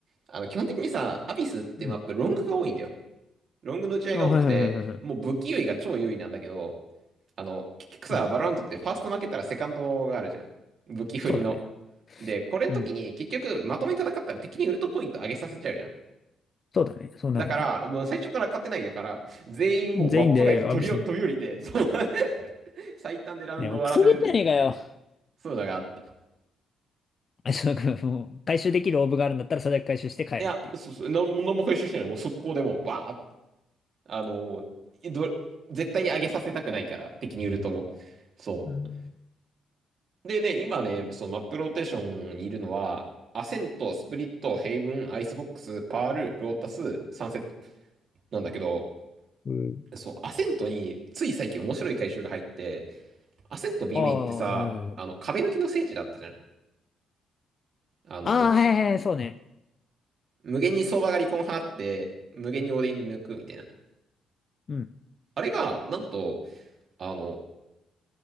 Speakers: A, on the right; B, on the left.
A: あの、基本的にさ、アビスってマップ、
B: うん。
A: ロングが多いんだよ。ロングの打ち合いが多くて、
B: あ、はいはいはいはいはい。
A: もう武器優位が超優位なんだけど、あの、結局さ、
B: うん。
A: バロランドってファースト負けたらセカンドがあるじゃん。武器振りの。
B: そうだね。
A: で、これの時に結局まとめに戦ったら敵にウルトポイント上げさせちゃうじゃん。
B: うん。そうだね。そうなるね。
A: だから、もう最初から勝てないだから、全員もうマップ外に飛び飛び降りて、
B: 全員で詫びしに。
A: そう <laughs> 最短でラウンドを終わらせるっていう、
B: ね、もうクソゲーじゃねえかよ。<laughs>
A: そういうのがあった。
B: あ、そうか、もう、回収できるオーブがあるんだったら、それだけ回収して帰るっていう。
A: いや、そうそう、なん何も回収してない。もう速攻でもう、バーって、あのーど、絶対に上げさせたくないから、敵にウルトも。そう。
B: うん。
A: でね、今ね、そのマップローテーションにいるのは、アセント、スプリット、ヘイブン、アイスボックス、パール、ロータス、サンセットなんだけど、
B: うん
A: そう、アセントについ最近面白い回収が入って、アセント B
B: ああ、
A: メインってさ、
B: はいはいはい。
A: あの、壁抜きの聖地だったじゃん。あの、
B: ああ、はいはいはい、そうね。
A: 無限に相場が離婚放って、無限にオーディン抜くみたいな。
B: うん。
A: あれが、なんと、あの、